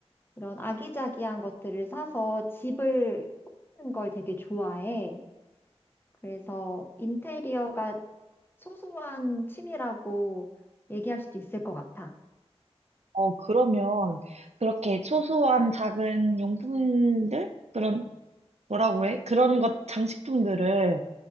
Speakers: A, on the left (about 20°); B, on the right (about 85°).
A: 이런 아기자기한 것들을 사서 집을 꾸미는 걸 되게 좋아해. 그래서 인테리어가 소소한 취미라고 얘기할 수도 있을 것 같아.
B: 어, 그러면 그렇게 소소한 작은 용품들? 그런 뭐라고 해? 그런 것, 장식품들을,